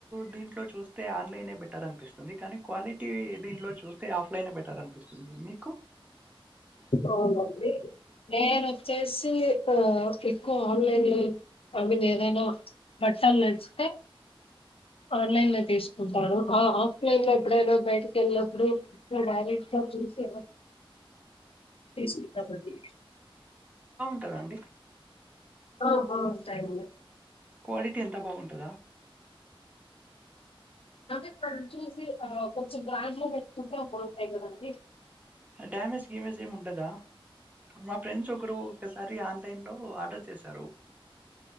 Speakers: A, on the right; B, on the left.
A: దీంట్లో చూస్తే ఆన్లైన్ బెటర్ అనిపిస్తుంది కానీ క్వాలిటీ దీంట్లో చూ తే ఆఫ్లైనే బెటర్ అనిపిస్తుంది మీకు
B: అవునండి నేను వచ్చేసి <unintelligible> ఎక్కువ ఆన్లైన్ లో ఐ మీన్ ఏదైనా బట్టలు నచ్చితే ఆన్లైనే తీసుకుంటాను. ఆఫ్లైన్ లో ఎప్పుడైనా బయటకి వెళ్ళినప్పుడు డైరెక్ట్ గా చూసి తీసుకుంటమండి
A: టదండి
B: ఆ బా ఉంటాయిండి
A: క్వాలిటీ ఎంత బాగుంటందా
B: ఇక్కడ చూసి ఆ కొంచెం గాంట్ లో పెట్టుకుంటే బాగుంటాయి కదండి
A: డ్యామేజ్ గేమేజ్ ఏమి ఉండదా మా ఫ్రెండ్స్ ఒకరు ఒకసారి ఆన్లైన్ లో ఆర్డర్ చేశారు